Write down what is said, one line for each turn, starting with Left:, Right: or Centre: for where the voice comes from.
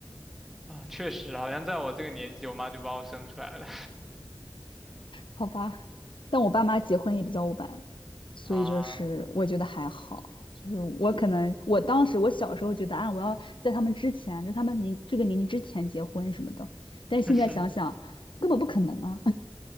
Centre: 啊，确实，好像在我这个年纪，我妈就把我生出来了
Left: 好吧？但我爸妈结婚也比较晚，所以就是我觉得还好。
Centre: <laughs> 啊，
Left: 就是我可能我当时我小时候觉得啊，我要在他们之前，就他们年这个年纪之前结婚什么的，但是现在想想根本不可能啊。
Centre: <laughs>